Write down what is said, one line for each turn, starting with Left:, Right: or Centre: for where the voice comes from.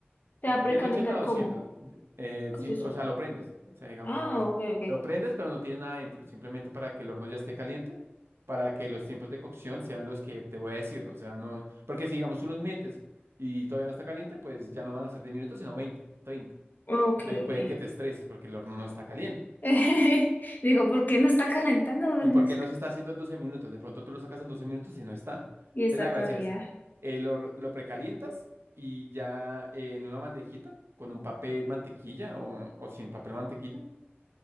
Left: ¿Te va a precalentar
Right: 180 a 200,
Left: cómo?
Right: eh,
Left: ¿Qué
Right: sim-
Left: es eso?
Right: o sea, lo prendes. O sea, digamos,
Left: Ah, ok, ok.
Right: lo prendes, pero no tienes nada dentro, simplemente para que el horno ya esté caliente, para que los tiempos de cocción sean los que te voy a decir. ¿no? O sea, no, porque si digamos tú los metes y todavía no está caliente, pues ya no van a ser 10 minutos, sino 20, treinta,
Left: Ok,
Right: Entonces
Left: ok.
Right: puede que te estreses porque el horno no está caliente.
Left: <laughs> Digo, ¿por qué no está calentando? <laughs>
Right: Eh, Porque no se está haciendo en 12 minutos. De pronto tú lo sacas en 12 minutos y no está.
Left: Y
Right: Entonces
Left: está
Right: la gracia
Left: todavía.
Right: es, eh, lo, lo precalientas y ya eh, en una bandejita con un papel mantequilla o, o sin papel mantequilla,